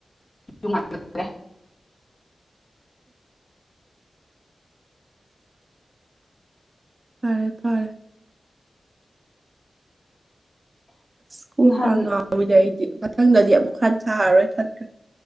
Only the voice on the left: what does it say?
ꯇꯨꯡ <inaudible>
ꯅꯍꯥꯟ